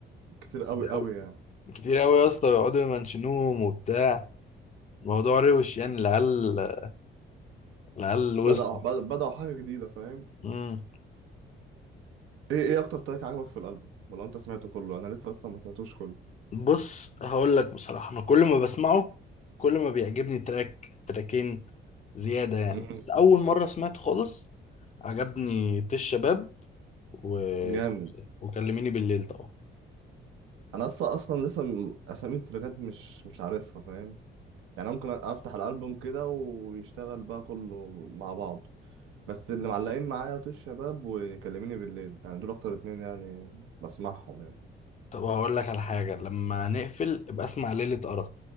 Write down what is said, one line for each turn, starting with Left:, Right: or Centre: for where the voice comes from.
Right: كتير قوي
Left: كتير
Right: قوي
Left: أوي
Right: يعني
Left: كتير أوي يا اسطى يقعدوا يمنشنوهم وبتاع الموضوع روش يعني العيال العيال وصلوا
Right: بدأوا بدأ- بدأوا حاجه جديده فاهم
Left: مم.
Right: ايه ايه اكتر تراك عجبك في الالبوم ولا انت سمعته كله انا لسه اصلا ما سمعتوش كله
Left: بص هقول لك بصراحة أنا كل ما بسمعه كل ما بيعجبني تراك تراكين زيادة يعني
Right: مم.
Left: بس أول مرة سمعت خالص عجبني طيش شباب و...
Right: جامد
Left: وكلميني بالليل طبعا
Right: انا اصلا اصلا لسه م- اسامي التراكات مش مش عارفها فاهم يعني أنا ممكن افتح الالبوم كده ويشتغل بقى كله مع بعض بس اللي معلقين معايا طيش شباب وكلميني بالليل يعني دول اكتر اتنين يعني بسمعهم يعني
Left: طب هقول لك على حاجة لما نقفل ابقى اسمع ليلة أرق